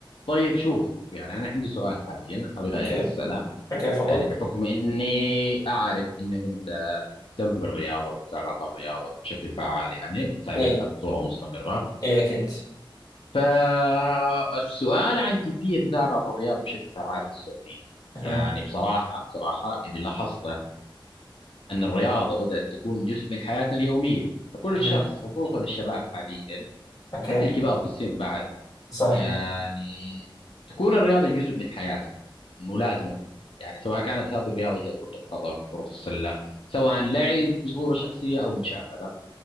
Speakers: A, on the left (about 80°); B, on the left (about 40°).
A: طيب شوف يعني انا عندي سؤال حاليا ابغى
B: اوكي
A: اساله
B: اوكي تفضل
A: يعني بحكم اني اعرف انك انت تهتم بالرياضه ومتابعه الرياضه بشكل فعال يعني وتتابعها
B: اي
A: بصوره مستمره
B: اي اكيد
A: فالسؤال عن كيفيه متابعه الرياضه بشكل فعال في السعوديه
B: أها.
A: يعني بصراحه بصراحه اللي لاحظته ان الرياضه بدات تكون جزء من حياتنا اليوميه فكل شخص
B: أها.
A: خصوصا الشباب حاليا
B: اوكي
A: حتى الكبار في السن بعد
B: صح
A: يعني تكون الرياضة جزء من حياته ملازمة يعني سواء كانت هذه الرياضة هي كرة القدم كرة السلة سواء لعب بصورة شخصية أو مشاهدة